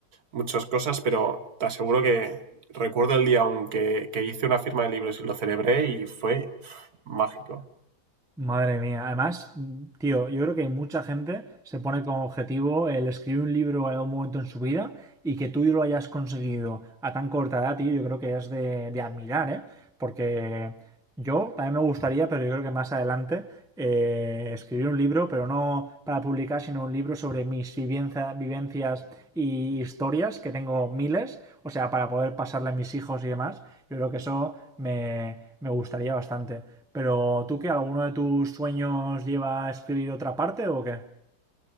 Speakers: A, on the right; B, in the centre.
A: muchas cosas, pero te aseguro que recuerdo el día aunque que hice una firma de libros y lo celebré y fue mágico.
B: Madre mía, además, mm, tío, yo creo que mucha gente se pone como objetivo el escribir un libro en algún momento en su vida y que tú lo hayas conseguido a tan corta edad, tío, yo creo que es de, de admirar, ¿eh? Porque yo también me gustaría, pero yo creo que más adelante, eh, escribir un libro, pero no para publicar, sino un libro sobre mis vivienza- vivencias y historias, que tengo miles, o sea, para poder pasarle a mis hijos y demás, yo creo que eso me, me gustaría bastante. Pero tú qué, ¿alguno de tus sueños lleva a escribir otra parte o qué?